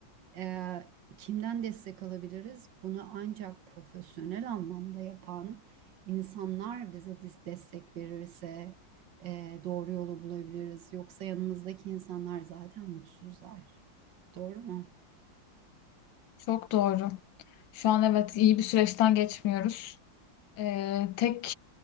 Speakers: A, on the right; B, on the left.
A: Ee, kimden destek alabiliriz? Bunu ancak profesyonel anlamda yapan insanlar bize dis- destek verirse e, doğru yolu bulabiliriz. Yoksa yanımızdaki insanlar zaten mutsuzlar. Doğru mu?
B: çok doğru. Şu an evet iyi bir süreçten geçmiyoruz. Ee, tek